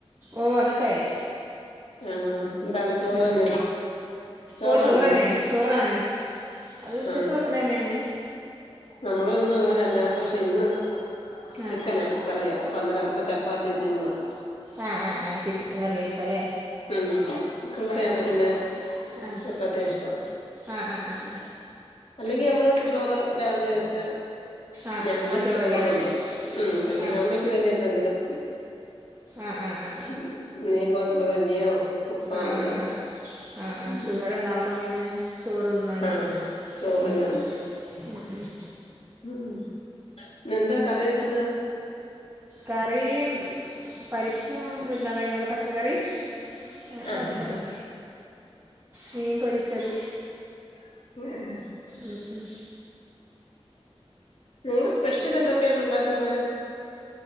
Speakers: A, on the right; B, on the left.
A: ഓഹ് അതൊക്കെ ആയി
B: ആണോ എന്താണ് ചോറ്
A: ഉം
B: തന്നെ
A: ഉം
B: ചോറാണോ
A: ഓഹ് ചോറന്നെയാണ് ചോറാണ് അത് ഉച്ചക്ക്
B: ആ
A: വെക്കണ തന്നെയാണ്
B: നമ്മൾ എന്നും അങ്ങനെ പക്ഷെ ഇന്ന് ചിക്കനാ
A: ആഹ്
B: കറിയാ അന്നേരം അവർക്ക് ചപ്പാത്തി മതിയെന്ന് പറഞ്ഞു
A: ആ ആ ആ ചിക്കൻ കറി വയ്പ്പല്ലേ
B: ഉം ചിക്കൻ കറിയാണെ
A: ആ ആ
B: പിന്നെ
A: ആ
B: ചപ്പാത്തിയാ ഇഷ്ടം
A: ആ ആ ആ ആ
B: അല്ലെങ്കി നമ്മള് ചോറ് രാവിലെ വെച്ച
A: ആഹ് ആഹ്
B: അമ്മയ്ക്ക്
A: ആഹ് ചോറ്
B: ഷുഗർുണ്ട്
A: തന്നെയാണല്ലേ
B: ഉം കഴിക്കുന
A: ആഹ്
B: അമ്മയ്ക്ക് എന്തെങ്കിലും
A: ആഹ് ആഹ് ആഹ്
B: <unintelligible> കഞ്ഞിയോ പുട്ടോ
A: ആ ആ
B: അങ്ങനെയൊക്കെ
A: ആ ആ ആ
B: ഉം
A: ഷുഗർ ഉണ്ടാവുമ്പ പിന്നെ ചോറ് തിന്നാന്
B: ആഹ് ചോറിന്
A: പറ്റില്ലല്ലോ ഉം ഉം
B: ഉം ഇന്ന് എന്താ കറി വെച്ചത്
A: കറി പരിപ്പും മുരിങ്ങകായ് അങ്ങനെ പച്ചക്കറി അങ്ങനെ
B: ആഹ്
A: വെച്ചതാ
B: ആഹ്
A: മീൻ പൊരിച്ചത്
B: <inaudible>
A: ഉം ഉം
B: നിങ്ങൾ സ്പെഷ്യൽ എന്താ ങ്ങനെയാണ് ഉണ്ടാക്കുന്നെ